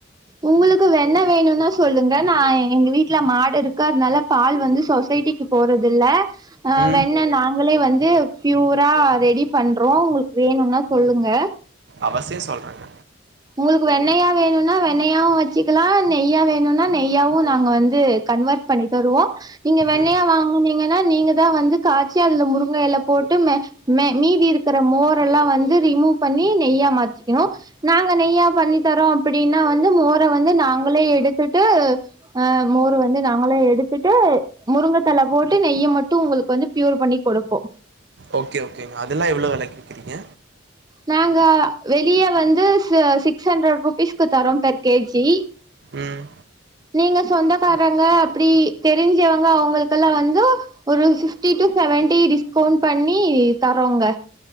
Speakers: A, on the right (about 20°); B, on the right (about 55°).
A: உங்குளுக்கு வெண்ண வேணுனா சொல்லுங்க நா எங்க வீட்ல மாடு இருக்கு அதனால பால் வந்து சொசைட்டிக்கு போறதுல்ல ஆ
B: ம்
A: வெண்ண நா நாங்களே வந்து பியூரா ரெடி பண்றோ உங்ளுக்கு வேணுனா சொல்லுங்க
B: அவசியம் சொல்றங்க
A: உங்குளுக்கு வெண்ணயா வேணுனா வெண்ணயாவு வச்சுக்கலா நெய்யா வேணுனா நெய்யாவு நாங்க வந்து கன்வெர்ட் பண்ணி தருவோ நீங்க வெண்ணயா
B: ம்
A: வாங்குனீங்னா நீங்கதா வந்து காய்ச்சி அதுல முருங்க எல போட்டு மே மீதி இருக்குற மோரல்லா வந்து ரிமூவ் பண்ணி நெய்யா மாத்திக்குணு நாங்க நெய்யா பண்ணி தரோ அப்டின்னா வந்து மோர வந்து நாங்களே எடுத்துட்டு அ மோர வந்து நாங்களே எடுத்துட்டு முருங்க தல போட்டு நெய்ய மட்டு உங்ளுக்கு வந்து ப்யூர் பண்ணி குடுப்போ
B: ஓக்கே ஓகேங்க அதுல்லா எவ்ளோ வெலைக்கு விக்கிறீங்க
A: நாங்க வெளிய வந்து சு சிக்ஸ் ஹண்ட்ரட் ருபீஸ்க்கு தரோ பெர் கேஜி
B: ம்
A: நீங்க சொந்தக்காரங்க அப்டி தெரிஞ்சவங்க அவங்களுக்கல்லா வந்து ஒரு ஃபிஃப்டி டூ செவன்டி டிஸ்கவுண்ட் பண்ணி தரோங்க